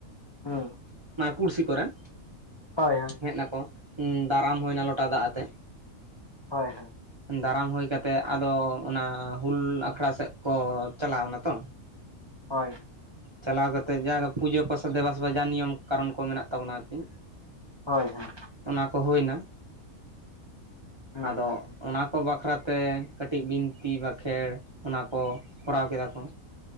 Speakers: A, on the left; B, on the right.
A: ᱦᱮᱸ
B: ᱱᱚᱣᱟ ᱯᱩᱲᱥᱤ ᱠᱚᱨᱮᱱ
A: ᱦᱳᱭ ᱦᱳᱭ
B: ᱦᱮᱡ ᱱᱟᱠᱚ, ᱫᱟᱨᱟᱢ ᱦᱩᱭᱱᱟ ᱞᱚᱴᱟ ᱫᱟᱜ ᱟᱛᱮ᱾
A: ᱦᱳᱭ ᱦᱳ
B: ᱫᱟᱨᱟᱢ ᱦᱩᱭ ᱠᱟᱛᱮ ᱟᱫᱚ ᱚᱱᱟ ᱦᱩᱞ ᱟᱠᱷᱲᱟ ᱥᱮᱫ ᱠᱚ ᱪᱟᱞᱟᱣ ᱱᱟᱛᱚ᱾
A: ᱦᱳᱭ
B: ᱪᱟᱞᱟᱣ ᱠᱟᱛᱮᱫ ᱡᱟ ᱜᱮ ᱯᱩᱡᱟᱹ ᱯᱟᱥᱟ ᱫᱮᱵᱟ-ᱥᱮᱵᱟ ᱡᱟ ᱱᱤᱭᱚᱢ ᱠᱟᱨᱚᱱ ᱠᱚ ᱢᱮᱱᱟᱜ ᱛᱟᱵᱚᱱᱟ ᱟᱨᱠᱤ
A: ᱦᱳᱭ ᱦᱳᱭ
B: ᱛᱚ ᱱᱚᱣᱟ ᱠᱚ ᱦᱩᱭ ᱱᱟ
A: ᱦᱩᱸ
B: ᱟᱫᱚ
A: ᱦᱩᱸ
B: ᱚᱱᱟ ᱠᱚ ᱵᱟᱠᱷᱨᱟᱛᱮ ᱠᱟᱹᱴᱤᱡ ᱵᱤᱱᱛᱤ ᱵᱟᱸᱠᱷᱮᱲ ᱚᱱᱟ ᱠᱚ ᱠᱚᱨᱟᱣ ᱠᱮᱫᱟ ᱠᱚ᱾